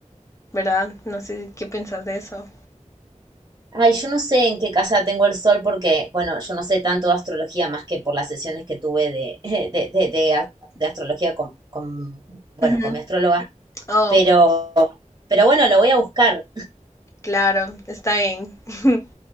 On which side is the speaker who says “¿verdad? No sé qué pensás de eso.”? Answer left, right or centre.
Left